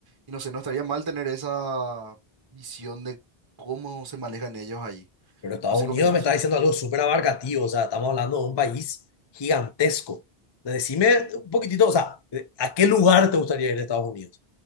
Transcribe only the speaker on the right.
Y no sé, no estaría mal tener esa visión de cómo se manejan ellos allí.
No sé
qué opinas.